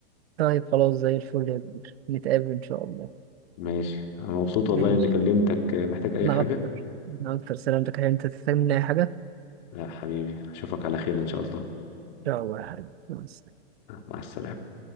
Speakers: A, on the right (about 70°); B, on the left (about 45°).
A: طيب خلاص زي الفل يا كبير نتقابل ان شاء الله
B: ماشي انا مبسوط والله
A: ماشي
B: اني كلمتك محتاج اي
A: انا
B: حاجة
A: اكتر انا اكتر سلامتك هل انت تحتاج مني اي حاجة
B: لا حبيبي اشوفك على خير ان شاء الله
A: شاء الله يا حبيبي مع السلامة.
B: مع السلامة